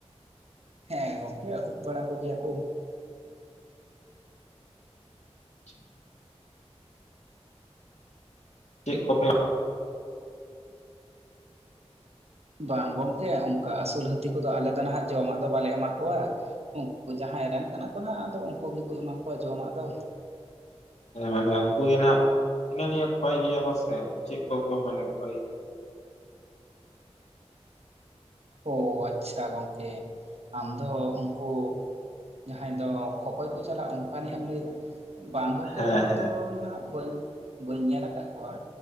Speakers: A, on the right; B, on the left.
A: ᱦᱮᱸ ᱜᱚᱝᱠᱮ ᱟᱹᱜᱩ ᱵᱟᱲᱟ ᱠᱚ ᱜᱮᱭᱟ ᱠᱚ᱾
B: <inaudible> ᱪᱮᱫ ᱠᱚᱯᱮ
A: ᱵᱟᱝ ᱜᱚᱝᱠᱮ ᱚᱝᱠᱟ ᱟᱹᱥᱩᱞ ᱦᱟᱹᱛᱤ ᱠᱚᱫᱚ ᱟᱞᱮ ᱫᱚ ᱱᱟᱦᱟᱸᱜ ᱡᱚᱢᱟᱜ ᱫᱚ ᱵᱟᱞᱮ ᱮᱢᱟ ᱠᱚᱣᱟ᱾ ᱩᱝᱠᱩ ᱡᱟᱸᱦᱟᱭ ᱨᱮᱱ ᱠᱟᱱᱟ ᱠᱚ ᱱᱟᱦᱟᱜ ᱟᱫᱚ ᱩᱝᱠᱩ ᱜᱮᱠᱚ ᱮᱢᱟ ᱠᱚᱣᱟ ᱡᱚᱢᱟᱜ ᱫᱚ᱾
B: ᱦᱮᱸ ᱢᱟᱱᱮ ᱩᱝᱠᱩ ᱜᱮ ᱱᱟᱦᱟᱜ ᱦᱤᱱᱟᱹ ᱱᱤᱭᱟᱹ ᱠᱚᱭ ᱜᱮᱭᱟ ᱠᱚᱥᱮ ᱪᱮᱫ ᱠᱚᱠᱚ ᱢᱟᱱᱮ ᱠᱷᱳᱭ
A: ᱚ ᱟᱪᱪᱷᱟ ᱜᱚᱝᱠᱮ ᱟᱢᱫᱚ ᱩᱝᱠᱩ ᱡᱟᱸᱦᱟᱭ ᱫᱚ ᱠᱷᱚᱠᱚᱭ ᱠᱚ ᱪᱟᱞᱟᱜ ᱚᱝᱠᱟᱱᱤᱡ ᱮᱢ ᱞᱟᱹᱭ ᱫᱟ? ᱵᱟᱝ ᱜᱚᱝᱠᱮ
B: ᱦᱮᱸ
A: ᱚᱝᱠᱟ
B: ᱦᱮᱸ
A: ᱫᱚ ᱱᱟᱦᱟᱜ ᱵᱟᱹᱧ ᱵᱟᱹᱧ ᱧᱮᱞ ᱠᱟᱜ ᱠᱚᱣᱟ᱾